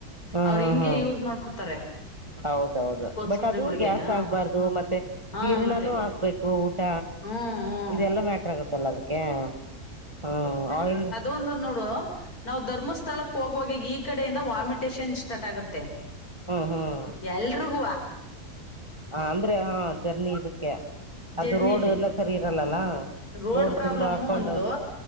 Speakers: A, on the right; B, on the left.
A: ಹ್ಮ್
B: ಅವರು
A: ಹ್ಮ್
B: ಹಿಂಗಗೆ
A: ಹ್ಮ್
B: ಯೂಸ್ ಮಾಡ್ಬಿಡ್ತಾರೆ. <unintelligible>
A: ಹೌದೌದು
B: ಕೋಸಂಬ್ರಿಗಳಿಗೆ
A: ಬಟ್ ಅದು ಗ್ಯಾಸ್
B: ಹ
A: ಆಗ್ಬಾರ್ದು ಮತ್ತೆ
B: ಹಾ
A: ಜೀರ್ಣನೂ
B: ಮತ್ತೆ
A: ಆಗ್ಬೇಕು ಊಟ
B: ಹ್ಮ್ ಹ್ಮ್
A: ಇದೆಲ್ಲ ಮ್ಯಾಟ್ರ ಆಗತ್ತಲ್ಲ ಅದಕ್ಕೆ ಹ ಆಯಿಲ್
B: ಒ <unintelligible> ನೋಡೋಣ ನಾವು ಧರ್ಮಸ್ಥಳಕ್ಕೆ ಹೋಗುವಾಗ ಈ ಕಡೆಯಿಂದ ಒಮೆನ್ಟೇಶನ್ ಸ್ಟಾರ್ಟ್ ಆಗುತ್ತದೆ. <unintelligible>
A: ಹ್ಮ್ ಹ್ಮ್
B: ಎಲ್ರುಗುವ.
A: ಅಂದ್ರೆ ಆ ಜರ್ನಿ ಇದಕ್ಕೆ ಅದು
B: ಜರ್ನಿಲಿ
A: ರೋಡ್ ಎಲ್ಲ ಸರಿ. <unintelligible>
B: ರೋಡ್ ಪ್ರಾಬ್ಲಮ್
A: ತುಂಬಾ ಅಪ್ ಅಂಡ್
B: ಒಂದು,
A: ಡೌನ್